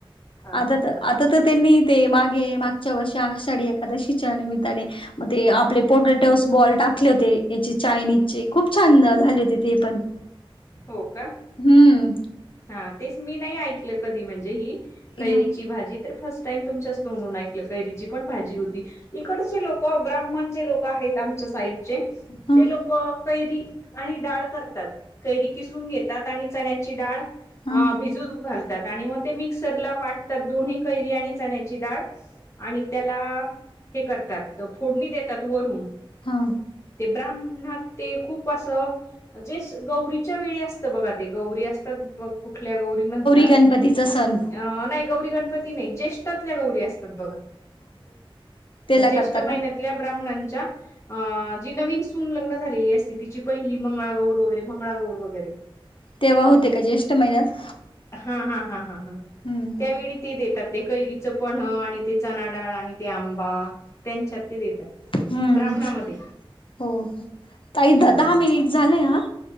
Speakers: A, on the left; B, on the left.
A: हा हा
B: आता
A: हा.
B: त आता त त्यांनी ते मागे माग आषाढी एकादशीच्या निमित्ताने म ते आपले पोटॅटोस बॉल टाकले होते, याचे चायनीजचे खूप छान झाले होते ते पण. <inaudible>
A: हो का?
B: हम्म
A: हा तेच मी नाही ऐकलं कधी म्हणजे ही कैरीची
B: ह
A: ची भाजी तर फर्स्ट टाइम तुमच्याच तोंडून ऐकलं कैरीची पण भाजी होते. इकडची लोक क ब्राह्मण जे लोक आहेत, आमच्या साईडचे
B: ह
A: ते लोकं कैरी आणि डाळ करतात. कैरी किसून घेतात आणि चण्याची डाळ
B: ह
A: अ भिजूक घालतात. आणि मग ते मिक्सरला वाटतात दोन्ही कैरी आणि चण्याची डाळ. आणि त्याला हे करतात, फोडणी देतात वरून.
B: हा
A: ते ब्राह्मणात ते खूप असं जे गौरीच्या वेळी असत बघा ते. गौरी असतात, कुठल्या गौरी म्हणतात?
B: गणपतीचा सण
A: अ नाही गौरी गणपती नाही. ज्येष्ठातल्या गौरी असतात बघा. हा
B: त्याला
A: ज्येष्ठ
B: करता
A: महिन्यात
B: का
A: तल्या ब्राह्मणांच्या अं जी नवीन सून लग्न झालेली असते तिची पहिली मंगळागौर होत मंगळागौर वगैरे.
B: तेव्हा होते का ज्येष्ठ महिन्यात?
A: हां हां हां हां हां.
B: हम्म
A: त्यावेळी ते देतात ते कैरीचं पन्ह आणि ते चणा डाळ आणि ते आंबा. त्यांच्यात ते देतात
B: हम्म
A: ब्राह्मणामध्ये.
B: हो हो. ताई
A: हम्म
B: द दहा मिनिट झालेय हं.